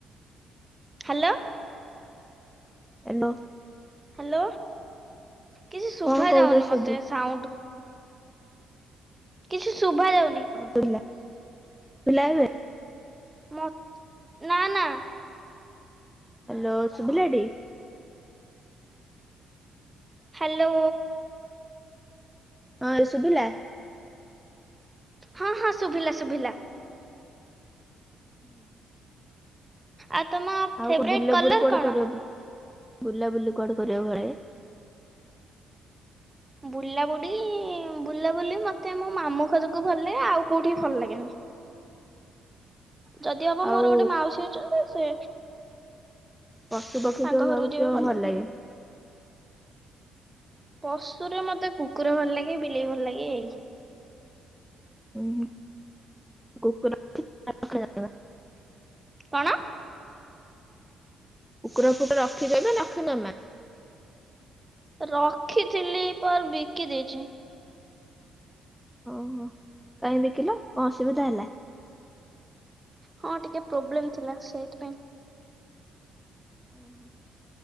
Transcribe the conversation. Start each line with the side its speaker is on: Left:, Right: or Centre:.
Right: Hello.
Centre: Hello.
Right: Hello. କିଛି ଶୁଭା
Centre: କଣ କହୁଛ
Right: ଯାଉନି
Centre: ଶୁଭୁ
Right: ମତେ ସାଉଣ୍ଡ୍। କିଛି ଶୁଭା ଯାଉନି।
Centre: ଶୁଭିଲା ଏବେ। ଶୁଭିଲା ଏବେ।
Right: ମ ନା ନା।
Centre: ହ୍ୟାଲୋ। ଶୁଭିଲାଟି।
Right: ହ୍ୟାଲୋ।
Centre: ହଁ ଶୁଭିଲା।
Right: ହଁ ହଁ ଶୁଭିଲା ଶୁଭିଲା।
Centre: ଉଁ।
Right: ଆଉ ତମ
Centre: ଆଉ
Right: ଫେବରାଇଟ
Centre: କ ବୁଲା
Right: କଲର
Centre: ବୁଲି କୁଆଡେ
Right: କଣ?
Centre: କରିବା। ବୁଲା ବୁଲି କୁଆଡେ କରିବା
Right: ବୁଲାବୁଡି ବୁଲାବୁଲି ମତେ ମୋ ମାମୁଁ ଘରକୁ ଭଲ ଲାଗେ। ଆଉ କୋଉଠି ଭଲ ଲାଗେନି? ଯଦି ବାପ
Centre: ଆଉ
Right: ମୋର ଗୋଟେ ମାଉସୀ ଅଛନ୍ତି ସେ
Centre: ପଶୁ ପକ୍ଷୀ
Right: ତାଙ୍କ
Centre: କର
Right: ଘରକୁ
Centre: ସବୁ
Right: ଯିବାକୁ
Centre: କିୟ ଭଲ ଲାଗେ?
Right: ପଶୁୁରରେ ମୋତେ କୁକୁର ଭଲ ଲାଗେ ବିଲେଇ ଭଲ ଲାଗେ ଏଇ।
Centre: ଉଁ କୁକୁର <unintelligible>
Right: କଣ?
Centre: କୁକୁର ଫୁକୁର ରଖିଛ ନା ରଖିନମା?
Right: ରଖିଥିଲି ପର୍ ବିକି ଦେଇଛି।
Centre: ଓହୋ କାହିଁ ବିକିଲ କଣ ଅସୁବିଧା ହେଲା?
Right: ହଁ ଟିକେ ପ୍ରୋବ୍ଲେମ୍ ଥିଲା ସେଇଥିପାଇଁ।
Centre: ଓହୋ।